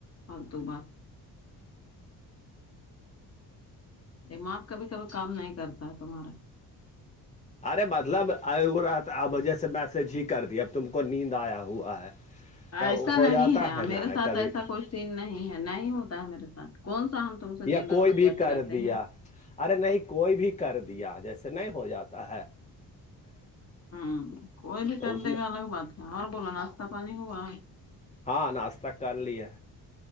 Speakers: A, on the left (about 35°); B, on the left (about 15°).
A: فالتو بات دماغ کبھی کبھی کام نہیں کرتا ہے تمہارا
B: ارے مطلب یہ ہو رہا تھا اب وجہ سے میسج ہی کر دیا اب تم کو نیند آیا ہوا ہے تو
A: ایسا نہیں
B: ہو جاتا
A: ہے میرے
B: نا
A: ساتھ
B: کبھی
A: ایسا
B: کبھی
A: کوئی سین نہیں ہے نہیں ہوتا ہے میرے ساتھ کون سا ہم تم سے
B: یا
A: دن رات
B: کوئی
A: بتیاتے
B: بھی کر
A: رہتے
B: دیا
A: ہیں
B: ارے نہیں کوئی بھی کر دیا جیسے نہیں ہو جاتا ہے
A: ہوں کوئی بھی
B: تو
A: کر
B: اس
A: دے
B: میں
A: گا الگ بات ہے اور بولو ناشتہ پانی ہوا
B: ہاں ناشتہ کر لیے